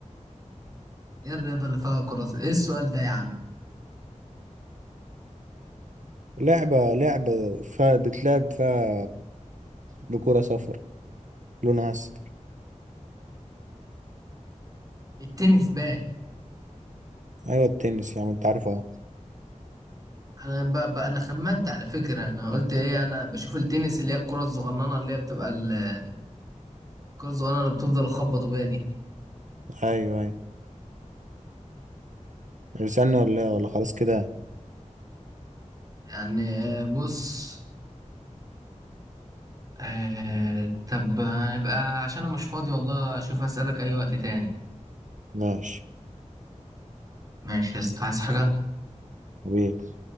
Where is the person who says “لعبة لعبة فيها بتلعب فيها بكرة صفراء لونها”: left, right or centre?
Right